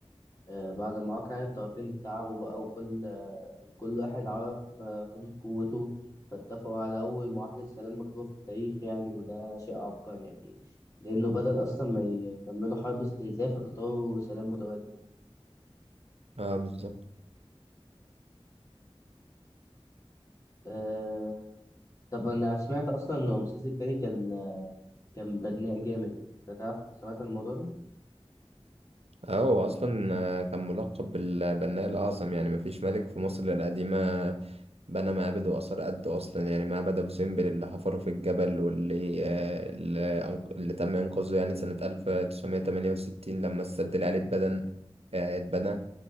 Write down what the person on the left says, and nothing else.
آه، بعد ما وقع يعني الطرفين تعبوا بقى وكل آه، كل واحد عرف آه، حدود قوته فاتفقوا على أول معاهدة سلام مكتوبة في التاريخ يعني وده شيء عبقري يعني لأنه بدل أصلا ما يكملوا حرب استنزاف اختاروا سلام متوازن
آه، طب أنا سمعت أصلا إن رمسيس التاني كان آه، كان بدناء جامد أنت تعرف سمعت عن الموضوع ده؟